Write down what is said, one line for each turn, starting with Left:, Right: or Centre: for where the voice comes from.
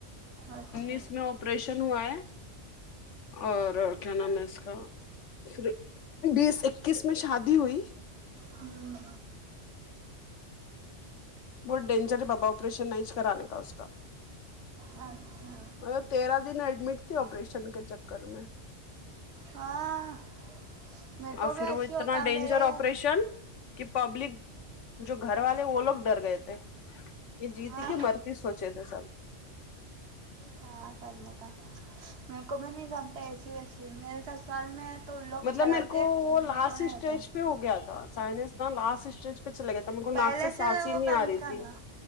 Right: اچھا
Left: اس میں آپریشن ہوا ہے اور کیا نام ہے اس کا ہ پھر بیس اکیس میں شادی ہوئی
Right: ہوں
Left: بہت ڈینجر ہے بابا آپریشن نہیں کرانے کا اس کا
Right: اچھا
Left: وہ تیرہ دن ایڈمٹ تھی آپریشن کے چکر میں
Right: ہاں میرے
Left: اور
Right: کو بھی
Left: پھر
Right: ایسے
Left: وہ اتنا
Right: ہوتا
Left: ڈینجر
Right: میرے
Left: آپریشن کہ پبلک جو گھر والے وہ لوگ ڈر گئے تھے یہ جیتی
Right: ہاں
Left: کہ مر یہ سوچے تھے سب
Right: ہ کرنے کا میرے کو بھی نہیں جمتا اے سی وے سی میرے سسرال میں تو لوگ
Left: مطلب
Right: چلاتے
Left: میرے کو وہ
Right: میرے
Left: لاسٹ
Right: کو نہیں
Left: اسٹیج
Right: ہوتا
Left: پہ ہو گیا تھا سائنس نہ لاسٹ اسٹیج چھلا گیا تھا میرے کو ناک
Right: پہلے
Left: سے سانس ہی
Right: وہ
Left: نہیں
Right: کرنے
Left: آ رہی تھی
Right: کا نا